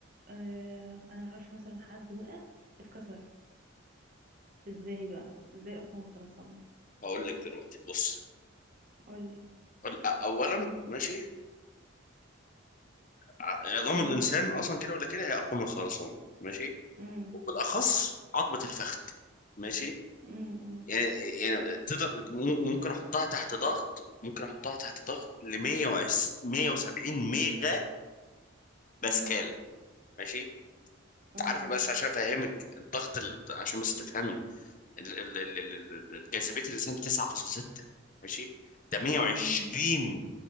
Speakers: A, on the right; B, on the left.
A: آه انا اعرف مثلا حد وقع اتكسر ازاي بقى ازاي اكون خرسانه
B: هقول لك دلوقتي بص
A: قولي
B: ال- اولا ماشي ع- عظام
A: امم
B: الانسان اصلا كده ولا كده هي اقوى من الخرسانه ماشي
A: امم
B: وبالاخص عظمه الفخذ ماشي
A: امم
B: يعني يعني تقدر ممكن احطها تحت ضغط ممكن احطها تحت ضغط ل 170 ميجا باسكال
A: امم
B: ماشي انت
A: اه
B: عارف
A: اه
B: بس عشان افهمك الضغط ال... عشان بس تفهمي ال... ال... ال... ال... ال- ال- جاذبيه الانسان 9.6 ماشي ده 120
A: امم